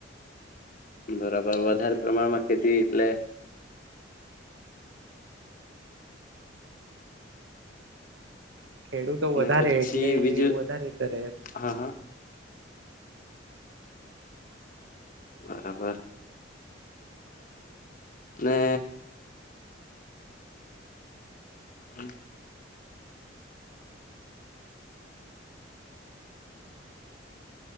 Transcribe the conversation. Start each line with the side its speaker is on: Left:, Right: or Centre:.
Left: બરાબર વધારે પ્રમાણમાં ખેતી એટલે
Right: ખેડુંતો વધારે
Left: ને પછી
Right: એટલે
Left: બીજું
Right: વધારે કરે એમ.
Left: હા હા બરાબર. ને હમ.